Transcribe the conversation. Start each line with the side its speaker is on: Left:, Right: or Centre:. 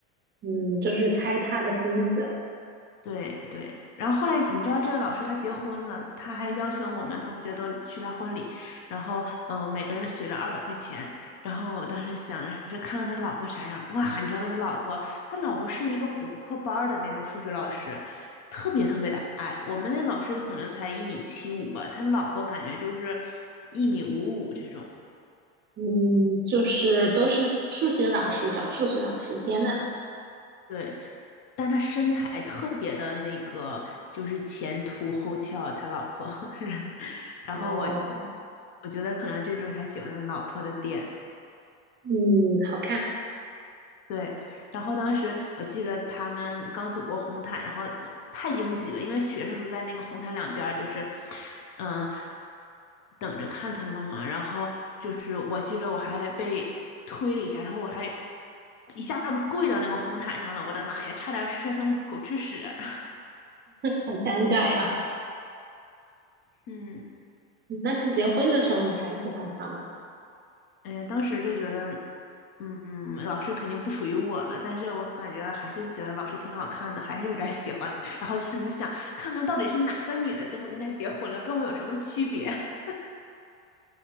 Right: 嗯，就是猜他的心思。
Left: 对对，然后后来你知道这个老师他结婚了，他还邀请我们同学都去他婚礼，然后嗯、呃每个人随了二百块钱，然后我当时想着是看看他老婆啥样，哇，你知道他老婆，他老婆是一个补课班儿的那种数学老师，特别特别的矮，我们那老师可能才一米七五吧，他老婆感觉就是一米五五这种，
Right: 嗯，就是都是数学老师，找数学老师，天呐。
Left: 对，但是他身材特别的那个，就是前凸后翘，他老婆，<laughs> 然后我
Right: 哦，
Left: 我觉得可能这就是他喜欢的老婆的点，
Right: 嗯，好看，
Left: 对。然后当时我记着他们刚走过红毯，然后我太拥挤了，因为学生都在那个红毯两边儿，就是嗯、等着看他们嘛。然后就是我记着我还被推了一下，然后我还一下子跪到那个红毯上了，我的妈呀，差点摔成狗吃屎。<laughs>
Right: 好尴尬呀。
Left: 嗯。
Right: 那他结婚的时候，你还喜欢他吗？
Left: 嗯，当时就觉得，嗯，老师肯定不属于我了，但是我感觉还是觉得老师挺好看的，还是有点喜欢。<laughs> 然后心里想，看看到底是哪个女的最后跟他结婚了，跟我有什么区别？<laughs>